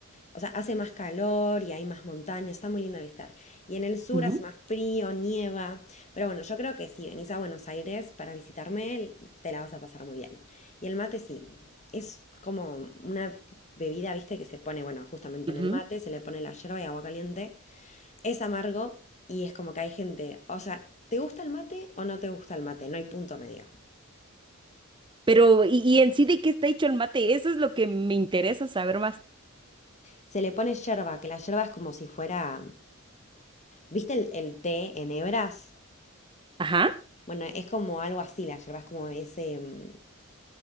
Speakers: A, on the left (about 35°); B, on the right (about 25°).
A: o sea, hace más calor y hay más montañas, está muy lindo de visitar. Y en el sur
B: Ujú,
A: hace más frío, nieva, pero bueno, yo creo que si venís a Buenos Aires para visitarme, te la vas a pasar muy bien. Y el mate sí, es como una bebida, viste, que se pone, bueno, justamente
B: ujú.
A: en el mate, se le pone la yerba y agua caliente. Es amargo y es como que hay gente, o sea, ¿te gusta el mate o no te gusta el mate? No hay punto medio.
B: Pero, ¿y, y en sí de qué está hecho el mate? Eso es lo que me interesa saber más.
A: Se le pone yerba, que la yerba es como si fuera. ¿Viste el, el té en hebras?
B: Ajá.
A: Bueno, es como algo así, la yerba es como ese. mm,